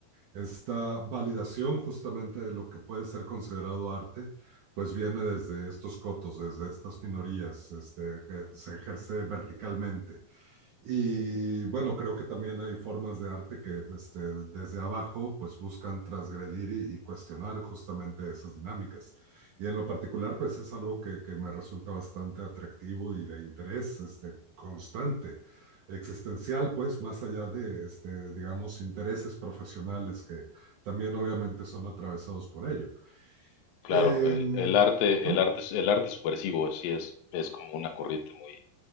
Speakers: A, on the right (about 60°); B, on the left (about 70°).
A: esta validación justamente de lo que puede ser considerado arte, pues viene desde estos cotos, desde estas minorías, este, que se ejerce verticalmente. Y bueno, creo que también hay formas de arte que este, desde abajo pues buscan transgredir y, y cuestionar justamente esas dinámicas. Y en lo particular pues es algo que, que me resulta bastante atractivo y de interés este, constante, existencial pues, más allá de, este, digamos, intereses profesionales que también obviamente son atravesados por ello.
B: Claro,
A: Em,
B: el, el arte,
A: ajá.
B: el arte, el arte subversivo sí es, es como una corriente muy,